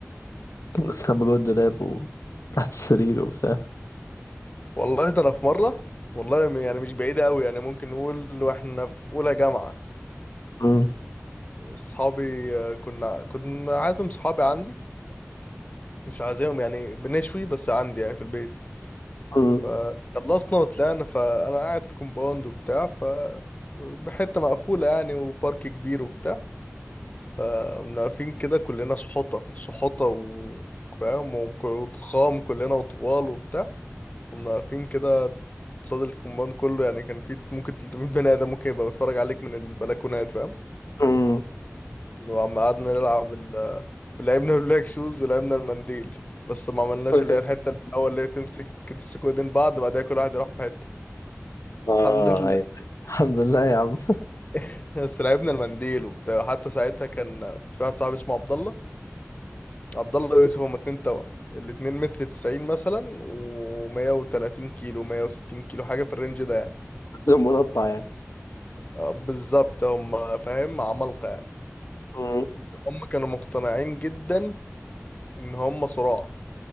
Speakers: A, on the left (about 80°); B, on the left (about 30°).
A: بستخبى جوه الدولاب وتحت السرير وبتاع
B: والله ده انا في مره والله م- يعني مش بعيده قوي يعني ممكن نقول واحنا في اولى جامعه
A: مم.
B: اصحابي آه، كنا كنا عازم صحابي عندي مش عازمهم يعني بنشوي بس عندي يعني في البيت
A: مم.
B: فخلصنا وطلعنا فانا قاعد في كومباوند وبتاع ف بحته مقفوله يعني وبارك كبير وبتاع فقمنا واقفين كده كلنا سحوطة سحوطة و- فاهم وك- وضخام كلنا وطوال وبتاع قمنا واقفين كده قصاد الكومباوند كله يعني كان في ممكن 300 بني آدم ممكن يبقى بيتفرج عليك من البلكونات فاهم
A: مم.
B: وعم قعدنا نلعب ال لعبنا البلاك شوز ولعبنا المنديل بس ما عملناش
A: <laughs>
B: اللي هي الحتة اللي في الأول اللي هي تمسك تمسكوا ايدين بعض بعدها كل واحد يروح في حتة
A: اه
B: الحمد لله
A: ايوه الحمد لله يا عم
B: <laughs> بس لعبنا المنديل وبتاع حتى ساعتها كان في واحد صاحبي اسمه عبد الله عبد الله ويوسف هما اتنين توأم الاتنين متر تسعين مثلا ومية وتلاتين كيلو مية وستين كيلو حاجة في الرينج ده يعني
A: <laughs> ده مربع يعني
B: آه، بالظبط هما فاهم عمالقة يعني
A: مم.
B: هما كانوا مقتنعين جدا إن هما صراع